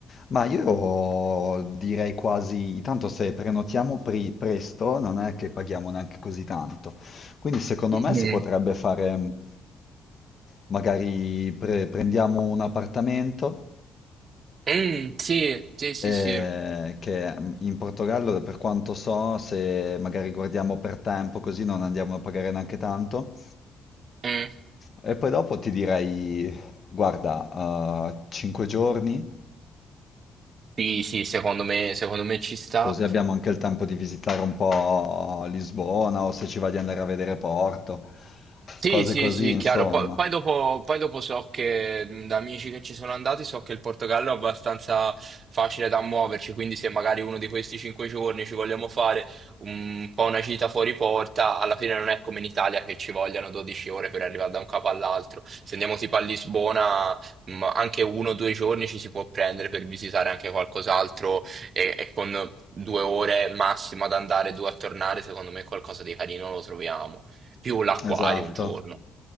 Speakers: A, on the left; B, on the right.
A: Ma io direi quasi, tanto se prenotiamo pri- presto non è che paghiamo neanche così tanto. Quindi secondo
B: Mm.
A: me si potrebbe fare, mh, magari pre- prendiamo un appartamento
B: Mm, sì, sì, sì,
A: eh,
B: sì.
A: che mh, in Portogallo, per quanto so, se magari guardiamo per tempo così non andiamo a pagare neanche tanto.
B: Mm.
A: E poi dopo ti direi, guarda, 5 giorni.
B: Sì, sì, secondo me, secondo me ci sta.
A: Così abbiamo anche il tempo di visitare un po' Lisbona o se ci va di andare a vedere Porto,
B: Sì,
A: cose
B: sì,
A: così,
B: sì,
A: insomma.
B: chiaro. Poi, poi dopo, poi dopo so che mh, da amici che ci sono andati so che il Portogallo è abbastanza facile da muoverci, quindi se magari uno di questi cinque giorni ci vogliamo fare un po' una gita fuori porta, alla fine non è come in Italia che ci vogliono 12 ore per arrivare da un capo all'altro. Se andiamo tipo a Lisbona, mh, anche uno o due giorni ci si può prendere per visitare anche qualcos'altro e, e con due ore massimo ad andare e due a tornare, secondo me qualcosa di carino lo troviamo più l'acquario
A: Esatto,
B: un giorno.